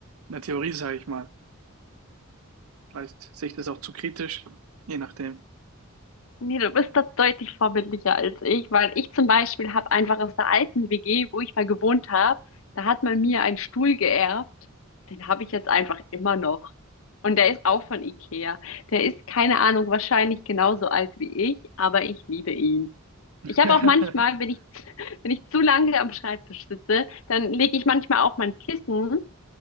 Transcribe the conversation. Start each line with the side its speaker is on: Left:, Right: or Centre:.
Right: in der Theorie, sage ich mal. Vielleicht sehe ich das auch zu kritisch, je nachdem.
Left: Nee, du bist da deutlich vorbildlicher als ich, weil ich zum Beispiel habe einfach aus der alten WG, wo ich mal gewohnt habe, da hat man mir einen Stuhl geerbt. Den habe ich jetzt einfach immer noch. Und der ist auch von Ikea. Der ist, keine Ahnung, wahrscheinlich genauso alt wie ich, aber ich liebe ihn.
Right: <laughs>
Left: Ich habe auch manchmal, wenn ich, <laughs> wenn ich zu lange am Schreibtisch sitze, dann lege ich manchmal auch mein Kissen